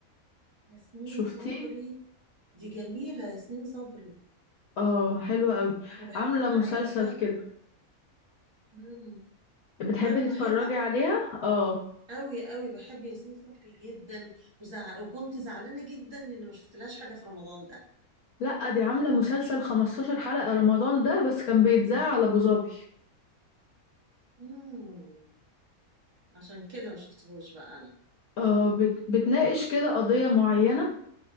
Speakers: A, on the right; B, on the left.
A: ياسمين
B: شفتيه؟
A: صبري دي جميله ياسمين صبري
B: اه حلوة قوي
A: انا بح
B: عاملة مسلسل
A: انا بحبها
B: كده
A: مم.
B: بتحبي
A: ظل
B: تتفرجي
A: حيطه
B: عليها؟ اه
A: قوي قوي بحب ياسمين صبري جدا وزع... وكنت زعلانه جدا ان ما شفتلهاش حاجه في رمضان ده
B: لأ دي عاملة مسلسل 15 حلقة رمضان ده بس كان بيتذاع على أبو ظبي
A: امم عشان كده ما شفتهوش بقى انا
B: اه بت... بتناقش كده قضية معينة